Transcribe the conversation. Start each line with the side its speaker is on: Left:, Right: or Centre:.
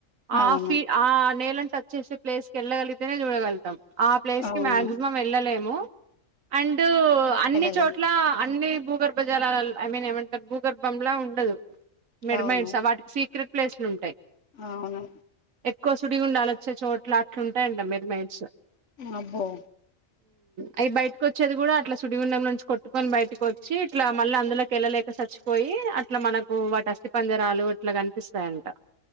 Right: ఆ
Left: అవును
Right: ఫీ ఆ నే టచ్ చేసి పలేస్ క వెళ్లగలిగితేనే చూడగలుతాం ఆ ప్లేస్
Left: అవును
Right: కి మాక్సిమం ఏళ్ళలేము ము అండ్ అన్ని
Left: వెళ్ళలేం
Right: చోట్ల అన్ని భూగర్భ జలాల ఐ మీన్ ఏమంటారు భూగర్భంల ఉండదు మెడ్మైడ్స్
Left: అవును
Right: వాటికి సీక్రెట్ ప్లేస్లు ఉంటాయి
Left: అవును
Right: ఎక్కువ సుడి ఉండాల్ వచ్చే చోట్ల అట్లుంటయండి మీరు మేడ్చస్
Left: అబ్బో
Right: అవి బయటకు వచ్చేది కూడా అట్లా సుడిగుండం నుంచి కొట్టుకని బయటకు వచ్చి ఇట్లా మళ్ళీ అందులోకి వెళ్ళలేక సచ్ పోయి అట్లా మనకు వాటి అస్తి పంజరాలు ఇట్లా కనిపిస్తాయంట